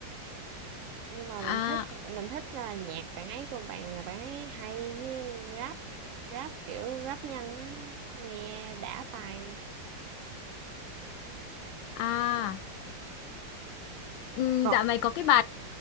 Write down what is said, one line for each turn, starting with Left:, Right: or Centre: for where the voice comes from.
Right: nhưng mà
Left: à
Right: mình thích mình thích là nhạc bạn ấy của bạn nhà bạn ấy hay như rap rap kiểu rap nhanh á nghe đã tài
Left: à ừm,
Right: còn
Left: dạo này có cái bài